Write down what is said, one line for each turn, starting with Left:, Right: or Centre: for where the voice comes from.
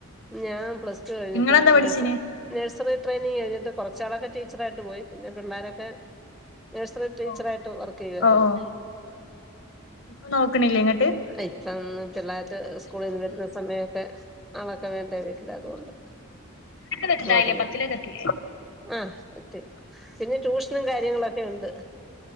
Centre: ഞ പ്ലസ് ടു കഴിഞ്ഞിട്ട്
Left: നിങ്ങളെന്താ പഠിച്ചീന്
Centre: നഴ്‌സ നഴ്‌സറി ട്രൈയിനിംഗ് കഴിഞ്ഞിട്ട് കൊറച്ച് നാളൊക്കെ ടീച്ചറായിട്ട് പോയി പിന്നെ പിള്ളേരൊക്കെ നേഴ്സറി ടീച്ചറായിട്ട്
Left: ഓ
Centre: വർക്കിയ്യുവായിരുന്ന്
Left: ഓ ഓ ഇപ്പൊ നോക്കണില്ലേ ഇങ്ങട്ട്
Centre: പ്പിച്ചന്ന് ചെറതായിട്ട് സ്കൂളിൽന്ന് വരുന്ന സമയൊക്കെ ആളാ ക്കെ വേണ്ടേ വീട്ടില് അതുകൊണ്ട്
Left: വലുതായില്ലേ
Centre: നോക്കുന്ന്ണ്ട്
Left: പത്തിലൊക്കെ എത്തില്ലേ
Centre: ആ എത്തി പിന്നെ ട്യൂഷനും കാര്യങ്ങളൊക്കെ ഉണ്ട്